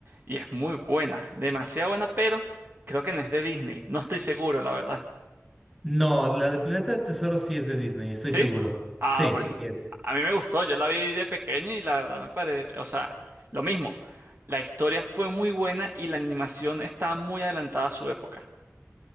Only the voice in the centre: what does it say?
No, la del Planeta del Tesoro sí es de Disney, estoy
seguro.
Sí,
sí, sí es.